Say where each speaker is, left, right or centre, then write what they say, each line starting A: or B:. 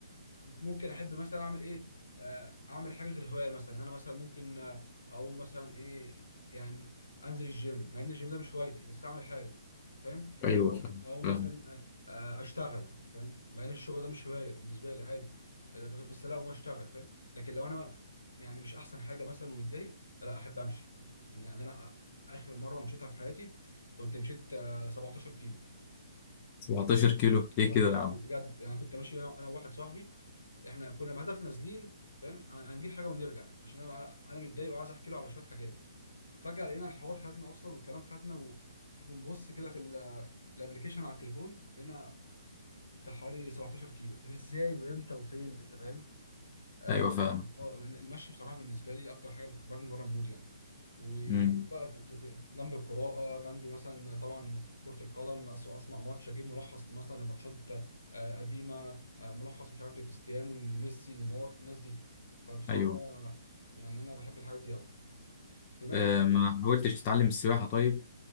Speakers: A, on the left; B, on the left.
A: ممكن احب مثلا اعمل ايه آه، اعمل حاجه غير هوايه مثلا إن انا مثلا ممكن آه، اقوم مثلا ايه يعني انزل الجيم مع ان الجيم ده مش هوايتي بس اعمل حاجه فاهم
B: ايوه
A: اقوم
B: فاهم
A: اقوم
B: فاهم
A: مثلا آه، آه، اشتغل فاهم مع ان الشغل ده مش هوايه بالنسبه لي عادي آه، ب- بس لا اقوم اشتغل فاهم لكن لو انا يعني مش احسن حاجه مثلا ومتضايق لا احب امشي يعني انا اخر مره مشيتها في حياتي كنت مشيت آه، 17 كيلو
B: 17 كيلو ليه
A: 17
B: كده يا عم
A: كيلو بجد يعني كنت ماشي انا أنا وواحد صاحبي احنا كنا بهدف نازلين فاهم هن- هنجيب حاجه ونرجع عشان انا انا متضايق وعايز احكي له على شويه حاجات فجاه لقينا الحوار خدنا اصلا والكلام خدنا وبنبص كده في الابلكيشن على التليفون لقينا بتاع حوالي 17 كيلو طب ازاي وامتى وفين انت فاهم اه
B: ايوه فاهم
A: آه، المشي بصراحه بالنسبه لي اكتر حاجه بتخرجني بره المود يعني وبقى
B: امم
A: آه، جنب القراءه جنب مثلا طبعا كره القدم أس- اسمع ماتش اجيب ملخص مثلا لماتشات آه، قديمه آه، ملخص مش عارف لكريستيانو ميسي نيمار الناس دي فبصراحه
B: ايوه
A: آه، يعني انا بحب الحاجات دي قوي بما
B: آه
A: انك بقى-
B: ما حاولتش تتعلم السباحه طيب